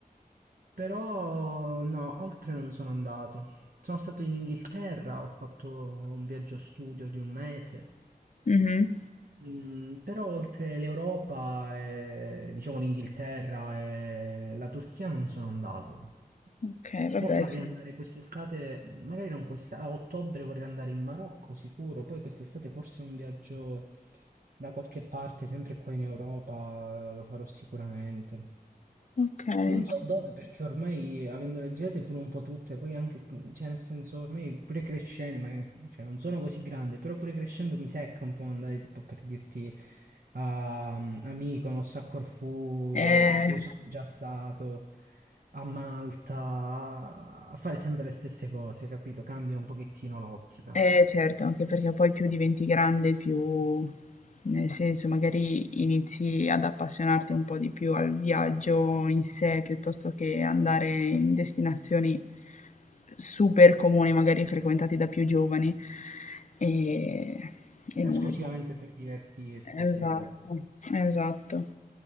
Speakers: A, on the right (about 70°); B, on the left (about 50°).
A: Però no, oltre non sono andato. Sono stato in Inghilterra, ho fatto un viaggio studio di un mese.
B: Mh-mh.
A: Mm, però oltre l'Europa, e, diciamo l'Inghilterra e la Turchia non sono andato.
B: Okay, vabbè,
A: Mo vorrei
B: che
A: andare quest'estate, magari non quest'estate, a ottobre vorrei andare in Marocco sicuro, poi quest'estate forse un viaggio da qualche parte, sempre qua in Europa, lo farò sicuramente.
B: okay.
A: Non so dove, perché ormai avendole girate pure un po' tutte, poi anche, cioè nel senso, ormai pure crescendo, ma- cioè non sono così grande, però pure crescendo mi secca un po' andare tipo per dirti a, a Mykonos, a Corfù,
B: Ehm
A: posti dove sono già stato, a Malta, a fare sempre le stesse cose, capito? Cambia un pochettino l'ottica.
B: Eh certo, anche perché poi più diventi grande, più nel senso magari inizi ad appassionarti un po' di più al viaggio in sé, piuttosto che andare in destinazioni super comuni, magari frequentate da più giovani. E, e
A: Esclusivamente
B: nulla.
A: per divertirsi,
B: Esatto,
A: sì, è vero.
B: esatto.